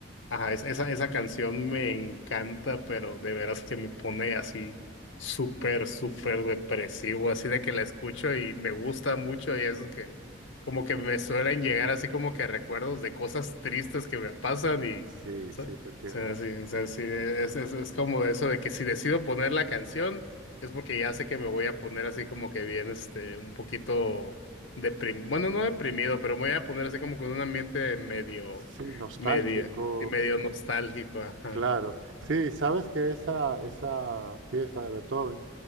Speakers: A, on the left; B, on the right.
A: ajá, es- esa, esa canción me encanta, pero de veras que me pone así súper, súper depresivo, así de que la escucho y me gusta mucho y es que como que me suelen llegar así como que recuerdos de cosas tristes que me pasan y,
B: sí,
A: o sea,
B: sí,
A: o
B: te entiendo.
A: sea, sí, o sea, sí, es, es, es como eso de que si decido poner la canción es porque ya sé que me voy a poner así como que bien, este, un poquito deprimido, bueno, no deprimido, pero me voy a poner así como con un ambiente medio,
B: Sí, nostálgico.
A: medio, y medio nostálgico, ajá.
B: Claro, sí, sabes que esa, esa pieza de Beethoven